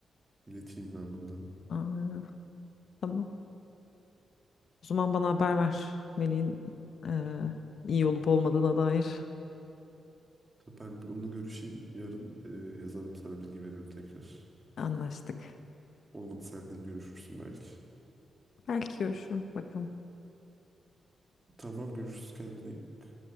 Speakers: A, on the right; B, on the left.
A: İleteyim ben bunları.
B: Aa, tamam. O zaman bana haber ver. Melih'in eee, iyi olup olmadığına dair
A: Tabii Ben bir onunla görüşeyim. Yarın e, yazarım sana bilgi veririm tekrar.
B: anlaştık.
A: Olmadı sen de görüşürsün belki.
B: Belki görüşürüm bakalım.
A: Tamam görüşürüz kendine iyi bak.